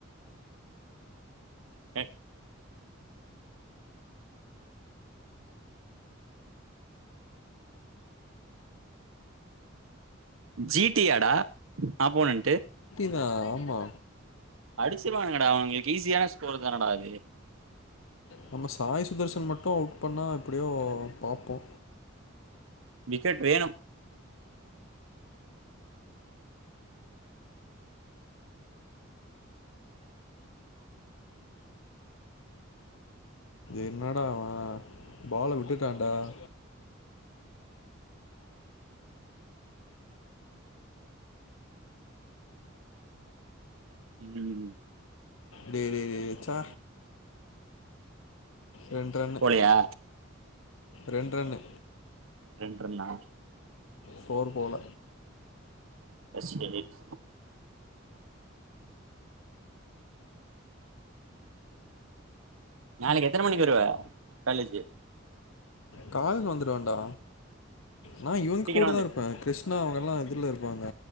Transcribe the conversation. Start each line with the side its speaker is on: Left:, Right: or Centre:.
Right: எ ஜி டி ஆடா ஆப்போனன்ட்டு
Left: <unintelligible> அ ஆமா
Right: அடிச்சுருவானுங்கடா அவனுகளுக்கு ஈஸியான ஸ்கோர் தான டா இது
Left: நம்ம சாய் சுதர்சன் மட்டு அவுட் பண்ணா எப்படியோ பாப்போ
Right: விக்கெட் வேணு
Left: என்னடா அவ பால விட்டுட்டான்டா <inaudible>
Right: ம்
Left: டேய் டேய் டேய் ச்ச ரெண்டு ரன்னு
Right: போலையா
Left: ரெண்டு ரன்னு
Right: ரெண்டு ரன்னா
Left: ஃபோர் போல
Right: தஸ்யடிட் நாளக்கி எத்தன மணிக்கு வருவ காலேஜு
Left: கால்ல வந்துருவண்டா நா இவுங்க்
Right: சீக்கிரோ
Left: கூடதா
Right: வந்துரு
Left: இருப்ப கிரிஷ் னா அவங்கலா இதுல இருப்பாங்க